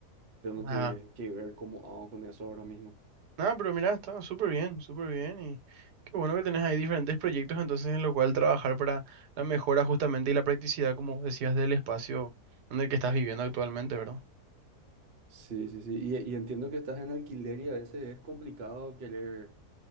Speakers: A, on the right; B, on the right.
A: tengo
B: ah.
A: que, que ver cómo hago con eso ahora mismo.
B: Nada, pero mira, estaba súper bien, súper bien y qué bueno que tenés ahí diferentes proyectos entonces en lo cual trabajar para la mejora justamente y la practicidad, como decías, del espacio en el que estás viviendo actualmente, ¿verdad?
A: Sí, sí, sí. Y, y entiendo que estás en alquiler y a veces es complicado querer